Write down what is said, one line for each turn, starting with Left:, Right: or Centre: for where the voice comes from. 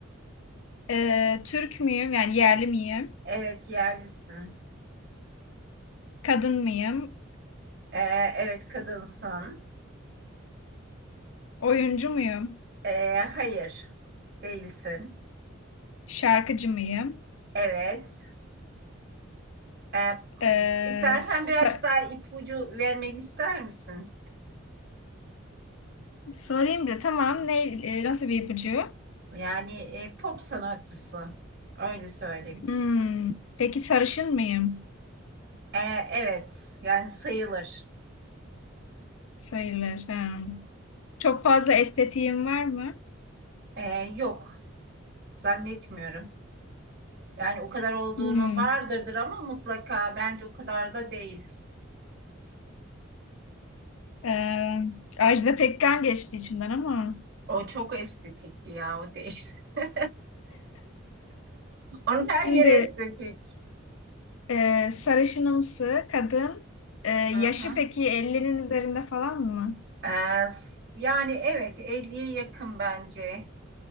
Left: Ee, Türk müyüm yani yerli miyim?
Right: Evet yerlisin.
Left: Kadın mıyım?
Right: Ee, evet kadınsın.
Left: Oyuncu muyum?
Right: Ee, hayır değilsin.
Left: Şarkıcı mıyım?
Right: Evet. Ee,
Left: Ee,
Right: istersen
Left: sa-
Right: birazcık daha ipucu vermeni ister misin?
Left: sorayım bile tamam ne e, nasıl bir ipucu?
Right: Yani e, pop sanatçısı. Öyle söyleyeyim.
Left: Hmm, peki sarışın mıyım?
Right: Ee, evet yani sayılır.
Left: sayılır. Ha. Çok fazla estetiğim var mı?
Right: Ee, yok zannetmiyorum. Yani o kadar olduğunu
Left: Hmm.
Right: vardırdır ama mutlaka bence o kadar da değil.
Left: Ee, Ajda Pekkan geçti içimden ama.
Right: O çok estetikti ya o değil. <laughs> Onun her
Left: Şimdi
Right: yeri estetik.
Left: e, sarışınımsı kadın e, yaşı
Right: Hı hı.
Left: peki 50'nin üzerinde falan mı?
Right: Ee, s- yani evet elliye yakın bence.